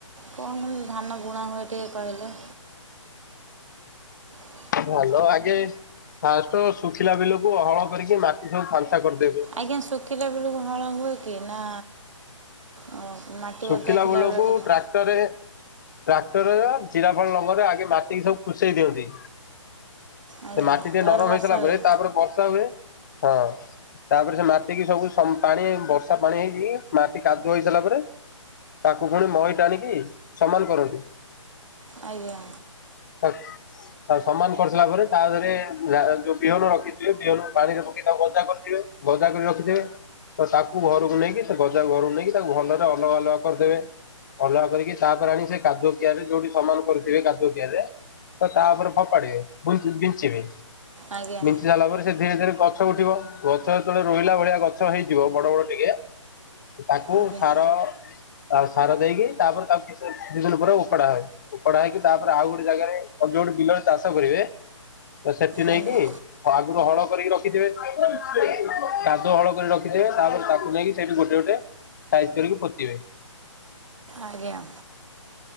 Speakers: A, on the right (about 70°); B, on the left (about 35°).
A: କଣ କେମତି ଧାନ ବୁଣା ହୁଏ ଟିକେ କହିଲେ। ।
B: ଭଲ ଆଗେ ଫାଷ୍ଟ ଶୁଖିଲା ବିଲକୁ ହଳ କରିକି ମାଟି ସବୁ ଫାଙ୍କା କରିଦେବେ।
A: ଆଜ୍ଞା ଶୁଖିଲା ବିଲକୁ ହଳ ହୁଏ କି ନା ଅ, ମାଟି
B: ଶୁଖିଲା
A: ଓଦା ଥିଲାବେଳେ
B: ବିଲକୁ
A: ଟିକେ
B: ଟ୍ରାକ୍ଟରରେ ଟ୍ରାକ୍ଟରରେ ଜିରା ଫଳ ଲଙ୍ଗଳରେ ଆଗେ ମାଟିିକି ସବୁ କୁଷେଇ ଦିଅନ୍ତି।
A: ଆଜ୍ଞା
B: ସେ ମାଟି ଟିକେ
A: ତାପରେ
B: ନରମ ହେଇସାରିଲା
A: ବର୍ଷା ହୁଏ
B: ପରେ ତାପରେ ବର୍ଷା ହୁଏ ହଁ। ତାପରେ ସେ ମାଟିକିି ସବୁ ପାଣି ବର୍ଷା ପାଣି ହେଇକି ମାଟି କାଦୁଅ ହେଇସିରିଲା ପରେ ତାକୁ ପୁଣି ମହି ଟାଣିକି ସମାନ କରନ୍ତିୁ।
A: ଆଞା।
B: <unintelligible> ସମାନ କରିସାରିଲା ପରେ ତାଦେହରେ ଯୋଉ ବିହନ ରଖିଥିବେ ବିହନ ପାଣିରେ ପକେଇ ତାକୁ ଗଜା କରିଥିବେ। ଗଜା କରି ରଖିଥିବେ ତତାକୁ ଘରକୁ ନେଇକି ସେଗଜା ଘରକୁ ନେଇକି ତାକୁ ଭଲରେ ଅ ଅଲଗା ଅଲଗା କରିଦେବେ ଅଲଗା କରିକି ତାପରେ ଆଣିକି ସେକାଦୁଅ କିଆରିରେ ଯୋଉଠି ସମାନ କରୁଥିବେ କାଦୁଅ କିଆରିରେ ତ ତାପରେ ଫପାଡ଼ିବେ ବିଞ୍ଚିବେ
A: ଆଜ୍ଞା
B: ବିଞ୍ଚି ସାରିଲା ପରେ ସେ ଧୀରେ ଧୀରେ ଗଛ ଗଛ ଉଠିବ ଗଛ ଯେତେବେଳେ ରୋହିଲା ଭଳିଆ ଗଛ ହେଇଯିବ ବଡ଼ ବଡ଼ ଟିକେ ତାକୁ
A: ଆଜ୍ଞା
B: ସାର ତାକୁ ସାର ଦେଇକି ତାପରେ ତାକୁ ଦିଇ ଦିନ ପରେ ଉପାଡ଼ା ହୁଏ। ଓପୋଡ଼ା ହେଇକି ତାପରେ ଆଉ ଗୋଟେ ଜାଗାରେ ଯୋଉଠି ବିଲରେ ଚାଷ କରିବେ ତସେଠି ନେଇକି
A: ଆଜ୍ଞା
B: ତଆଗରୁ ହଳ କରିକି ରଖିଥିବେ କାଦୁଅ ହଳ କରିକି ରଖିଥିବେ ତାପରେ ତାକୁ ନେଇକି ସେଇଠୁ ଗୋଟେ ଗୋଟେ ସାଇଜ୍ କରିକି ପୋତିିବେ।
A: ଆଜ୍ଞା।